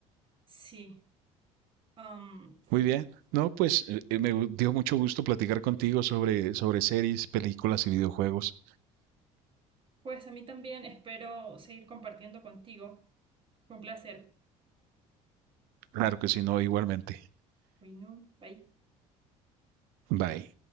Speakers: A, on the right; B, on the right.
A: sí. Am,
B: Muy bien. No, pues eh, eh, me gu- dio mucho gusto platicar contigo sobre, sobre series, películas y videojuegos.
A: pues a mí también espero seguir compartiendo contigo. Fue un placer.
B: Claro que sí, no, igualmente.
A: Uy, no, bye.
B: Bye.